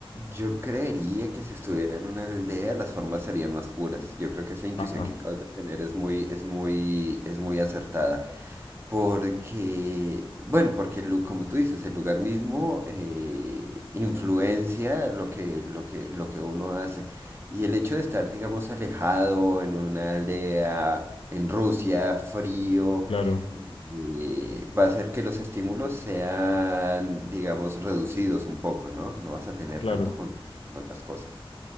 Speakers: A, on the right; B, on the left.
A: Yo creería que si estuviera en una aldea las formas serían más puras. Yo creo que esa intuición
B: Ajá,
A: que acabas de tener es muy, es muy, es muy acertada. Porque, bueno, porque el lu- como tú dices, el lugar mismo eh, influencia lo que, lo que, lo que uno hace. Y el hecho de estar, digamos, alejado en una aldea, en Rusia, frío,
B: claro,
A: y va a hacer que los estímulos sean, digamos, reducidos un poco, ¿no? No vas a tener
B: claro.
A: tanto contacto con otras cosas.